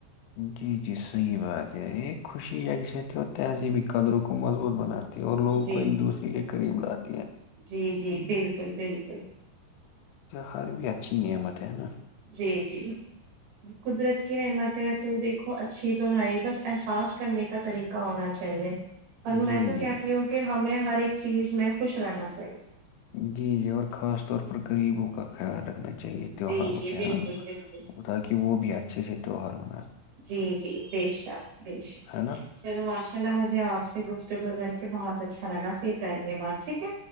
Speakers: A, on the left; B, on the right.
A: جی جی صحیح بات ہے ایک خوشی یکست ہو ایسی بھی قدروں کو مضبوط بناتی ہے اور لوگوں
B: جی
A: کو ایک دوسرے کے قریب لاکھ
B: جی جی بالکل ب بالکل
A: ہر بھیتھی نعمت ہے نا
B: جی جی قدرت کی نعمتیں تو دیکھو اچھی تو ہے ہی بس احساس کرنے کا طریقہ ہونا چاہیے اور میں
A: جی،
B: تو
A: جی،
B: کہتی ہوں کہ ہمیں ہر ہر ایک چیز میں خوش رہنا چاہیے
A: جی جیور خاص طور پر غریبوں کا خ رکھ چاہیے
B: جی
A: تیوہار
B: جی
A: پہ
B: بالکل
A: ہے نا
B: بالکل
A: وہ تاکہ وہ بھی اچھے سے تو ہور ہو
B: جی جی بے شک بے شک
A: ہے نا؟
B: چلو ماشاء اللہ مجھے آپ سے گف کے بہ اچھا لگا پھر کریں گے بات ٹھیک ہے